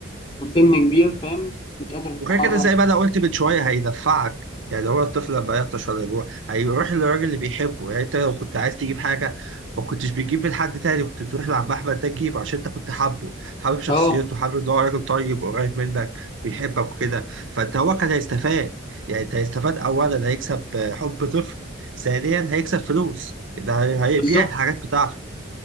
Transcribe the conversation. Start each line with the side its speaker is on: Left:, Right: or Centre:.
Left: وسن كبير فاهم مش قادر تتحرك
Right: وغير كده زي ما انا قلت من شويه هيدفعك يعني هو الطفل لما يعطش ولا يجوع هيروح للراجل اللي بيحبه يعني انت لو كنت عايز تجيب حاجه ما كنتش بتجيب من حد تاني كنت تروح لعم احمد ده تجيب عشان انت كنت حابه حابب شخصيته
Left: اه
Right: حابب ان هو راجل طيب وقريب منك بيحبك وكده فانت هو كان هيستفاد يعني انت هيستفاد اولا هيكسب آه، حب طفل ثانيا هيكسب فلوس ده هي- هيبيع
Left: بالظبط
Right: الحاجات بتاعته